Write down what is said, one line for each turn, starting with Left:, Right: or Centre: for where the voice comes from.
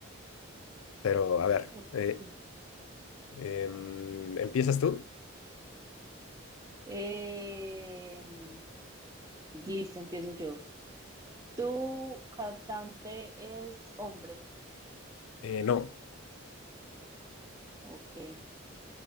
Left: Pero a ver,
Right: Ok.
Left: eh, em, ¿empiezas tú?
Right: Em, listo, empiezo yo. ¿Tu cantante es hombre?
Left: Eh, no.
Right: Ok,